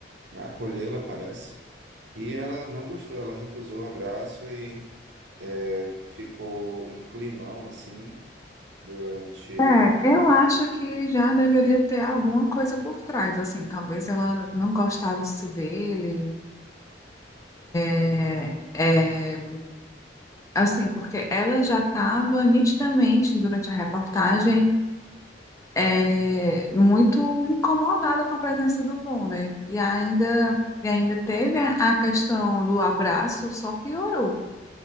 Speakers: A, on the right; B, on the left.
A: acolhê-la, parece. E ela não gostou. Ela recusou o abraço e eh, ficou um climão assim durante.
B: É, eu acho que já deveria ter alguma coisa por trás, assim, talvez ela não gostasse dele, É, é, assim, porque ela já estava nitidamente, durante a reportagem, é, muito incomodada com a presença do Bonner. E ainda, e ainda teve a, a questão do abraço, só piorou.